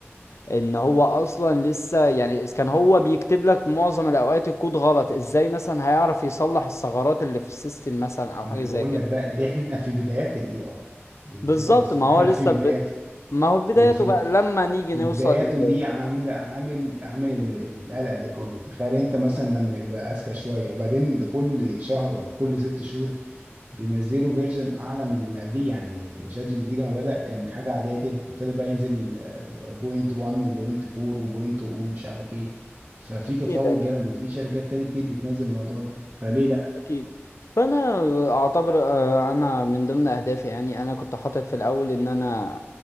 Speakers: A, on the left; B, on the right.
A: ان هو اصلا لسه يعني إذا كان هو بيكتب لك معظم الاوقات الكود غلط ازاي مثلا هيعرف يصلح الثغرات اللي في السيستم مثلا او
B: ما
A: حاجه
B: انا
A: زي
B: بقول
A: كده
B: لك بقى دي احنا في بدايات الاي اي الذكاء
A: بالظبط
B: الاصطناعي
A: ما هو
B: احنا
A: لسه
B: في بداياته
A: ب... ما هو بدايته
B: وفي
A: بقى لما نيجي
B: في
A: نوصل
B: بداياته
A: ل-
B: دي عامل عامل عامل ال- القلق ده كله تخيل انت مثلا لما يبقى اذكى شويه وبعدين ده كل شهر ولا كل ست شهور بينزلوا فيرجن اعلى من اللي قبليه يعني شات جي بي تي لما بدا كان حاجه عاديه جدا ابتدى بقى ينزل بوينت 1 وبوينت 4 وبوينت 0 ومش عارف ايه ففي
A: اكيد
B: تطور
A: اكيد
B: جامد وفي شركات تاني كتير بتنزل الموضوع ده فليه
A: اكيد فانا اعتبر آه، انا من ضمن اهدافي يعني انا كنت حاطط في الاول ان انا